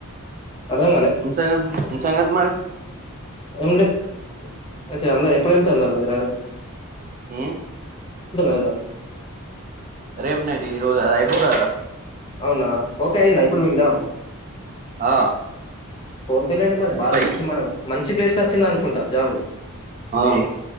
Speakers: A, on the left; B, on the right.
A: అర్థం కాలే
B: ఏం సంగతి ఏం సంగతి మరి
A: ఏం లే అయితే అంద ఎప్పుడు వెళ్తున్నారు మీరు హైద్ర
B: ఏ
A: హైదరాబాద్
B: రేపు నైట్ ఈరోజు అది అయిపో బుధవారం
A: అవునా ఓకే అయ్యిందా ఇప్పుడు మీకు జాబు
B: ఆ
A: కోంపల్లి అంటే మరి
B: ముప్పై
A: బా మంచి మనం మంచి ప్లేస్ లో వచ్చింద అనుకుంటా జాబు
B: అవును